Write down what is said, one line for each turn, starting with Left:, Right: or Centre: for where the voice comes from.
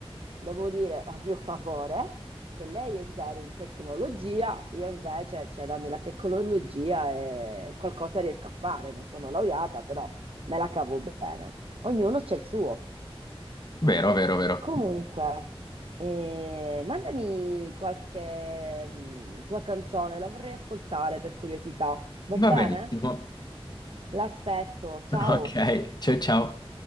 Right: devo dire a mio favore che lei è zero in tecnologia, io invece, cioè, dammi la tecnologia e qualcosa riesco a fare. Non sono laureata, però me la cavo bene. Ognuno c'è il suo.
Left: vero, vero, vero.
Right: Comunque, eh, mandami qualche mm, tua canzone, la vorrei ascoltare per curiosità. Va bene?
Left: Va benissimo. <laughs>
Right: L'aspetto, ciao!
Left: Ok, ciao ciao.